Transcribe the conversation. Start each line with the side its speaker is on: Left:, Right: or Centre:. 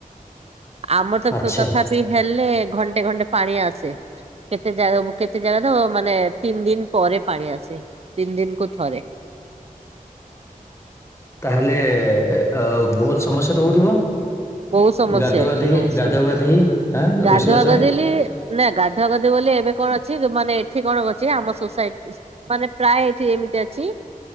Right: ଆମର
Left: ଆଚ୍ଛା
Right: ତ ତଥାପି ହେଲେ ଘଣ୍ଟେ ଘଣ୍ଟେ ପାଣି ଆସେ। କେତେ ଜା କେତେ ଜାଗା ତ ମାନେ ତିନି ଦିନ ପରେ ପାଣି ଆସେ ତିନି ଦିନ କୁ ଥରେ।
Left: ତାହେଲେ ଆଉ ବହୁତ ସମସ୍ୟା ହେଉଥିବ।
Right: ବହୁତ ସମସ୍ୟା
Left: ଗାଧୁ
Right: ଏଠି
Left: ଗାଧୋଇ
Right: ରହୁଛି।
Left: ଗାଧୋଇ ଗାଧୋଇଁ ଆଁ
Right: ଗାଧୁଆ
Left: ରୋଷେଇବାସ।
Right: ଗାଧେଇଲି ନା ଗାଧୁଆ ଗାଧୁ ବୋଲି ଏବେ କଣ ଅଛି ମାନେ ଏଠି କଣ ଅଛି ଆମ ସୋସାଇଟି ମାନେ ପ୍ରାୟ ଏଠି ଏମିତି ଅଛି।